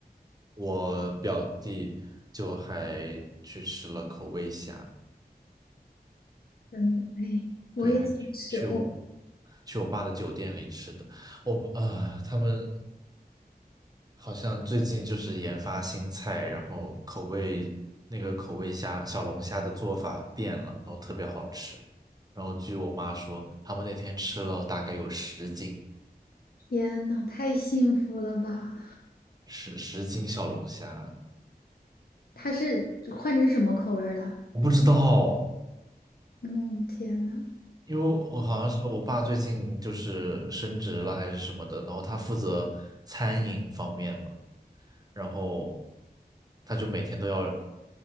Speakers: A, on the right; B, on the left.
A: 我表弟就还去吃了口味虾，
B: 真的，哎，我也想吃，
A: 对，还去去我
B: 我
A: 去我爸的酒店里吃的。我啊、呃他们好像最近就是研发新菜，然后口味那个口味虾小龙虾的做法变了，然后特别好吃。然后据我妈说，他们那天吃了大概有十斤，
B: 天呐，太幸福了吧！
A: 十十斤小龙虾。
B: 它是换成什么口味儿了？
A: 我不知道，
B: 嗯，天呐。
A: 因为我好像是我爸最近就是升职了还是什么的，然后他负责餐饮方面了，然后他就每天都要